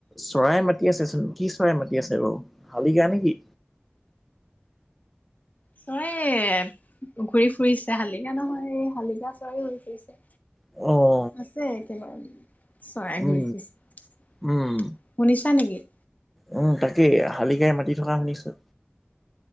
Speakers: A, in the centre; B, on the left (about 40°).
A: চৰাই মাতি আছে চোন কি চৰাই মাতি আছে বাৰু শালিকা নেকি?
B: চৰাইয়ে ঘূৰি ফুৰিছে শালিকা নহয় এই শালিকা চৰাই উৰি ফুৰিছে।
A: অ।
B: আছে একেবাৰে চৰাই
A: উম
B: ঘূৰি ফুৰিছে শুনিছা
A: উম
B: নেকি?
A: উম তাকেই শালিকাই মাতি থকা শুনিছোঁ।